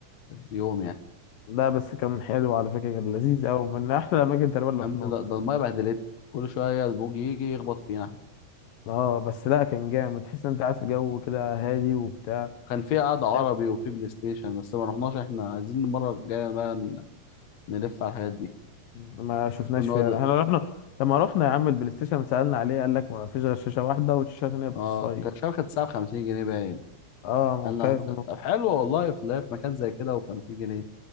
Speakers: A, on the left; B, on the left.
A: اليوم يعني
B: لا بس كان حلو على فكرة كان لذيذ قوي من احلى الاماكن تقريبا اللي
A: أم
B: رحناها
A: ده ده المايه بهدلت كل شويه البوج يجي يخبط فينا
B: اه بس لا كان جامد تحس انت قاعد في جو كده هادي وبتاع
A: كان في قعده
B: فاهم
A: عربي وفي بلاي ستيشن بس ما رحناش احنا عايزين المره الجايه بقى ن- نلف على الحاجات دي
B: ما شفناش
A: كنا
B: فيها
A: نقعد
B: احنا رحنا لما رحنا يا عم البلاي ستيشن سألنا عليه قال لك ما فيش غير شاشة واحدة والشاشة التانية بتصيد
A: اه كان الشبكه كانت الساعه ب 50 جنيه باين
B: اه ممكن
A: يلا هتسأل. طب حلو والله في لا في مكان زي كده وخمسين جنيه